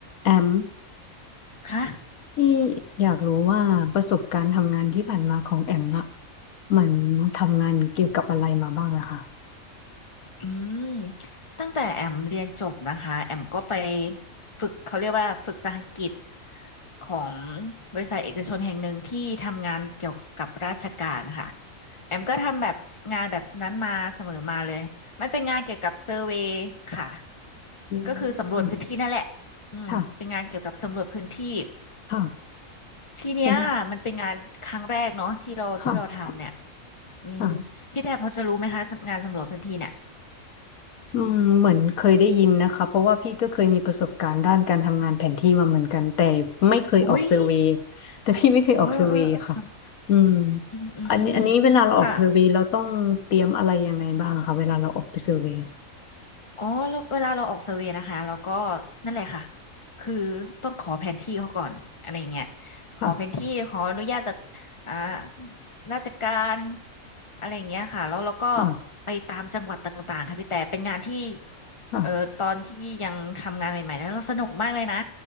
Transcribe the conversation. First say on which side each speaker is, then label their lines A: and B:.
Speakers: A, on the left (about 85°); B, on the left (about 25°).
A: แอม
B: ค่ะ
A: พี่อยากรู้ว่าประสบการณ์ทำงานที่ผ่านมาของแอมอะเหมือนทำงานเกี่ยวกับอะไรมาบ้างอะค่ะ
B: อืมตั้งแต่แอมเรียนจบนะคะแอมก็ไปฝึกเขาเรียกว่าฝึกสหกิจของบริษัทเอกชนแห่งหนึ่งที่ทำงานเกี่ยวกับราชการค่ะแอมก็ทำแบบงานแบบนั้นมาเสมอมาเลยมันเป็นงานเกี่ยวกับเซอร์เวย์ค่ะ
A: อื
B: ก็คือสำรวจพื้นที่นั่นแหละ
A: ม
B: อืมเป็นงานเกี่ยวกับสำรวจพื้นที่
A: ค่ะค่ะ
B: ทีเนี้ยมันเป็นงานครั้งแรกเนาะที่เราที่เราทำเนี่ย
A: สำค่ะ
B: อืม
A: ค่ะ
B: พี่แทบพอจะรู้ไหมคะงานสำรวจพื้นที่เนี่ย
A: อืมเหมือนเคยได้ยินนะคะเพราะว่าพี่ก็เคยมีประสบการณ์ด้านการทำงานแผนที่มาเหมือนกันแต่ไม่เคยออกเซอร์เวย์
B: อุ้ย
A: แต่พี่ไม่เคยออกเซอร์เวย์ค่ะ
B: เออเออเออ
A: อืม
B: อืมอืมอืม
A: อันนี้อันนี้เวลาเราออกเซอร์เวย์เราต้องเตรียมอะไรยังไงบ้างคะเวลาเราออกไปเซอร์เวย์
B: ค่ะอ๋อแล้วเวลาเราออกเซอร์เวย์นะคะเราก็นั่นแหละค่ะคือต้องขอแผนที่เขาก่อนอะไรอย่างเงี้ยขอแผนที่ขออนุญาตจาก
A: ค่ะ
B: อ่าราชการอะไรอย่างเงี้ยค่ะแล้วเราก็
A: ค่ะ
B: ไปตามจังหวัดต่างๆค่ะพี่แต่เป็นงานที่
A: ค่ะ
B: เอ่อตอนที่ยังทำงานใหม่ๆนะเราสนุกมากเลยนะ